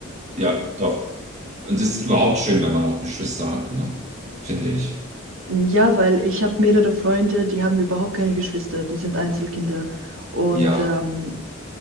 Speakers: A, on the right; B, on the right.
A: ja, doch. Und es ist überhaupt schön, wenn man auch Geschwister hat, ne? Finde ich.
B: Ja, weil ich habe mehrere Freunde, die haben überhaupt keine Geschwister, die sind Einzelkinder. Und
A: Ja.
B: ähm,